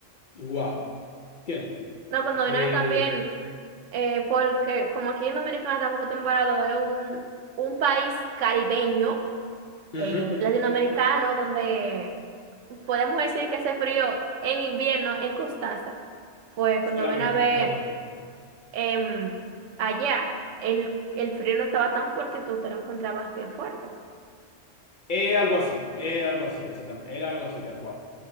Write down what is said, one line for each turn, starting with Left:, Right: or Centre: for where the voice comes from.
Left: guau. ¿Entiendes?
Right: No, cuando
Left: Eh,
Right: vino a ver también... Eh, porque como aquí en Dominicana estamos acostumbrados, es un, un país caribeño,
Left: Ujú,
Right: eh,
Left: ujú,
Right: latinoamericano,
Left: ujú.
Right: donde podemos decir que hace frío en invierno en Constanza. Pues cuando
Left: Solamente,
Right: ven a ver
Left: exactamente.
Right: em, allá, el, el frío no estaba tan fuerte y tú te lo encontrabas bien fuerte.
Left: Era algo así, era algo así, exactamente. Era algo así, tal cual.